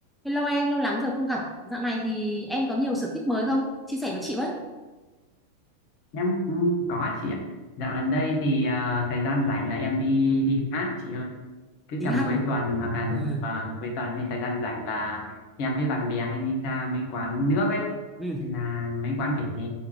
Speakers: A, in the centre; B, on the left.
A: Hello em, lâu lắm rồi không gặp. Dạo này thì em có nhiều sở thích mới không? Chia sẻ với chị với.
B: em cũng có chị ạ dạo gần đây thì à, thời gian rảnh là em đi đi hát chị ơi cứ
A: Đi
B: tầm
A: hát
B: cuối
A: nữa.
B: tuần hoặc là
A: Ừ.
B: vâng, cuối tuần hay thời gian rảnh là em với bạn bè hay đi ra mấy quán nước ấy
A: Ừ.
B: hay là mấy quán vỉa hè